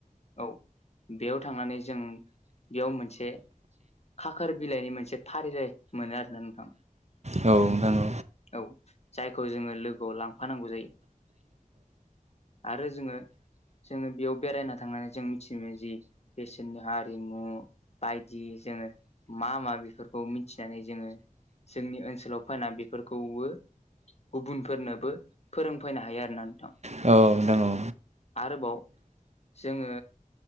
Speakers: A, on the left; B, on the right.
A: औ बेयाव थांनानै जों बेयाव मोनसे खाखोर बिलाइनि मोनसे फारिलाइ मोनो आरो ना नोंथां
B: जोङो जोंनि
A: औ जायखौ जोङो लोगोआव लांफानांगौ जायो आरो जोङो जोङो बेयाव बेरायना थांनानै जों मिथिनो जि बिसोरनि हारिमु। बायदि जोङो मा मा बेफोरखौ मिथिनानै जोङो जोंनि ओनसोलाव फैना बेफोरखौबो गुबुनफोरनोबो फोरोंफैनो हायो आरोना नोंथां।
B: फोरोंबोनो
A: आरोबाव जोङो